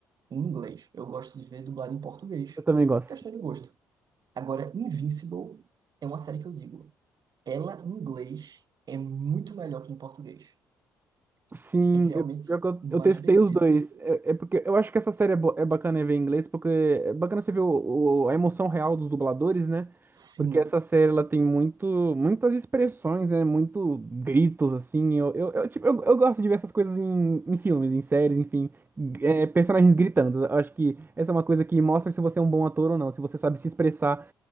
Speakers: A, on the right (about 50°); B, on the right (about 25°).
A: em inglês. Eu gosto de ver dublado em português.
B: Eu também gosto.
A: Questão de gosto. Agora, Invincible é uma série que eu digo. Ela, em inglês, é muito melhor que em português.
B: Sim,
A: É realmente
B: eu, pior que eu,
A: mais
B: eu testei
A: divertido.
B: os dois. É, é porque eu acho que essa série é, bo- é bacana ver em inglês, porque é bacana você ver o, o- a emoção real dos dubladores, né?
A: Sim,
B: Porque essa série ela tem muito, muitas expressões, né? Muito gritos, assim. Eu, eu, eu, tipo, eu, eu gosto de ver essas coisas em, em filmes, em séries, enfim. É, personagens gritando. Eu acho que essa é uma coisa que mostra se você é um bom ator ou não, se você sabe se expressar